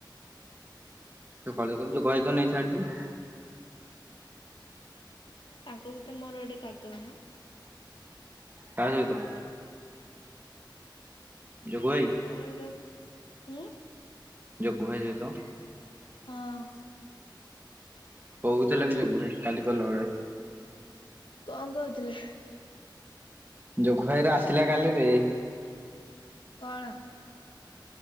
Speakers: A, on the right; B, on the left.
A: ସେ କହିଲ କ ଯୋଗ ଭାଇ ନେଇ ତ ଛାଡିଛି।
B: ତାଙ୍କ ସହିତ ମୋର ଗୋଟେ କରି ଦଉନ।
A: କା ସହିତ। ଜୋଗୁ ଭାଇ।
B: ମୋର ହୁଁ।
A: ଯୋଗୁ ଭାଈ ସହିତ।
B: ହଁ।
A: କହୁଥିଲା ବି ଜଗୁ ଭାଇ କାଲି ଗଲାବେଳେ।
B: କଣ କହୁଥିଲେ।
A: ଯୋଗୁ ଘାଇର ଆସିଲା କାଲିରେ।
B: କଣ।